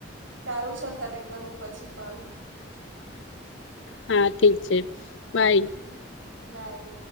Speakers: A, on the right (about 85°); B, on the left (about 70°).
A: સારું છે તને કરવું પછી કોલ.
B: હા ઠીક છે બાય.
A: હ બાય.